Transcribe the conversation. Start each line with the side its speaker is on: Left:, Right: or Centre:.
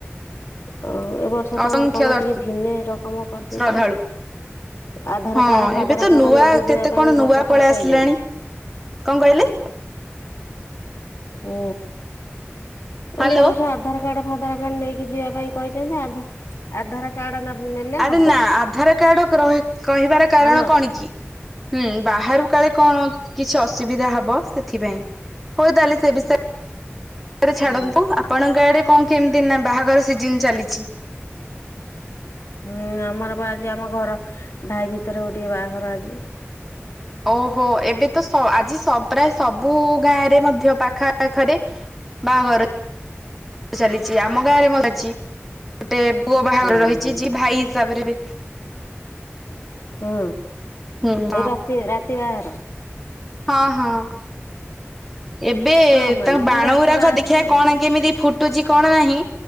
Left: ଆଉ ଏ ବର୍ଷ ତ
Centre: ଅସଂଖ୍ୟ
Left: କଣ
Centre: ଦର୍ଶ
Left: ଟିକେ ଭିନ୍ନେ ରକମ କରିଦେଇଛି।
Centre: ଶ୍ରଦ୍ଧାଳୁ।
Left: ଆଧାର
Centre: ହଁ
Left: କାର୍ଡ ଫାଦର
Centre: ଏବେ ତ
Left: କାର୍ଡ
Centre: ନୂଆ
Left: ନେଇକି
Centre: କେତେ
Left: ଯିବା ପାଇଁ
Centre: କଣ
Left: ଏ
Centre: ନୂଆ
Left: ବର୍ଷ
Centre: ପଳେଇ
Left: କଣ
Centre: ଆସିଲାଣି
Left: କହିଲେନି।
Centre: କଣ କହିଲେ?
Left: ହୁଁ,
Centre: ହ୍ୟାଲୋ।
Left: ଏବ ବର୍ଷ ଆଧାର କାର୍ଡ ଆଧାର କାର୍ଡ ନେଇକି ଯିବା ପାଇଁ କହିଛନ୍ତି ଆଧାର କାର୍ଡ ନେଲେ
Centre: ଆରେ
Left: ହବ
Centre: ନା ଆଧାର କାର୍ଡ କହିବାର କାରଣ
Left: ହ୍ୟାଲୋ
Centre: କଣ କି? ହୁଁ, ବାହାରୁ କାଳେ କଣ କିଛି ଅସୁବିଧା ହବ ସେଥିପାଇଁ। ହଉ ତାହେଲେ ସେ ବିଷୟରେରେ ଛାଡବୁ
Left: ହୁଁ।
Centre: ଆପଣଙ୍କ ଆଡେ କଣ କେମିତି ନା ବାହାଘର ସିଜନ ଚାଲିଛି?
Left: ହୁଁ, ଆମର ବା ଆଜି ଆମ ଘର ଭାଇ ଭିତରେ ଗୋଟିେ ବାହାଘର ଆଜି।
Centre: ଓହୋ ଏବେତ ସ ଆଜି ସଵ୍ ପ୍ରାୟ ସବୁ ଗାଁ ରେ ମଧ୍ୟ ପାଖ ପାଖରେ ବାହାଘର ଚାଲିଛି ଆମ ଗାଁରେ ମ ଚାଲିଛି ଗୋଟେ ପୁଅ ବାହାଘର
Left: ହୁଁ
Centre: ରହିଛି। ଯିଏ ଭାଇ ହିସାବରେ
Left: ହୁଁ,
Centre: ହଁ
Left: ଏ ରାତି ରାତି ବାହାର
Centre: ହଁ, ହଁ। ଏବେ
Left: ହଁ ଆମର
Centre: ତାଙ୍କ
Left: ବି
Centre: ବାଣ
Left: ସେ ରାତି
Centre: ଗୁରାକ
Left: ବାହାଘର
Centre: ଦେଖିବା
Left: ଆଉ।
Centre: କଣ କେମିତି ଫୁଟ କଟୁଛି କଣ ନାହିଁ